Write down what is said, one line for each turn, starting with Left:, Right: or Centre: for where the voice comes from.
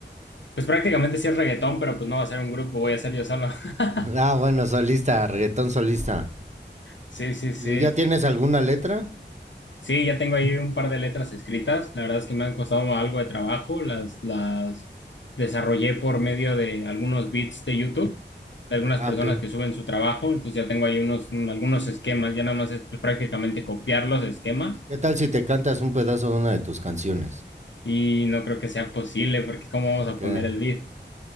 Left: Pues prácticamente sí es reggaetón, pero pues no va a ser un grupo, voy a ser yo solo. <laughs>
Right: <laughs> Ah, bueno, solista, reggaetón solista.
Left: Sí, sí, sí.
Right: ¿Ya tienes alguna letra?
Left: Sí, ya tengo ahí un par de letras escritas. La verdad es que me han costado algo de trabajo.
Right: Ujú.
Left: Las, las desarrollé por medio de algunos beats de YouTube, de algunas
Right: Ah,
Left: personas
Right: ok.
Left: que suben su trabajo. Entonces ya tengo ahí unos, algunos esquemas. Ya nada más es pues, prácticamente copiar los esquemas
Right: ¿Qué tal si te cantas un pedazo de una de tus canciones?
Left: Y no creo que sea posible, porque ¿cómo vamos
Right: Porque,
Left: a poner el beat?